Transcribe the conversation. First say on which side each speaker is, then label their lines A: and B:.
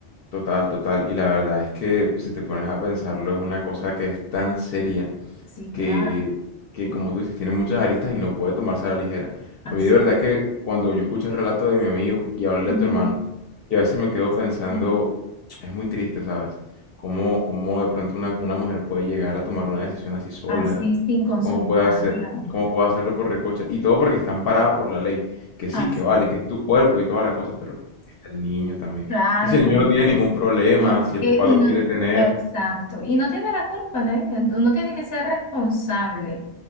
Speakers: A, on the left; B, on the left.
A: total, total. Y la verdad es que si te pones a pensarlo, es una cosa que es tan seria
B: Sí, claro,
A: que, que,
B: súper.
A: como tú dices, tiene muchas aristas y no puede tomarse a la ligera.
B: Así,
A: A mí de verdad que cuando yo escucho el relato de mi amigo y ahora el de
B: ujú,
A: tu hermano, yo a veces me quedo
B: sí,
A: pensando,
B: señor.
A: es muy triste, ¿sabes? Cómo, cómo de pronto una, una mujer puede llegar a tomar una decisión así sola,
B: Así sin consultarlo.
A: cómo puede hacer, cómo puede hacerlo por recocha, y todo porque está amparada por la ley, que sí,
B: Así
A: que vale,
B: es.
A: que es tu cuerpo y toda la cosa, pero está el niño también.
B: Claro,
A: Y si el
B: también.
A: niño no tiene ningún problema,
B: No,
A: si el
B: eh,
A: papá
B: y
A: lo
B: no,
A: quiere tener,
B: exacto. Y no tiene la culpa, ¿no? Uno tiene que ser responsable.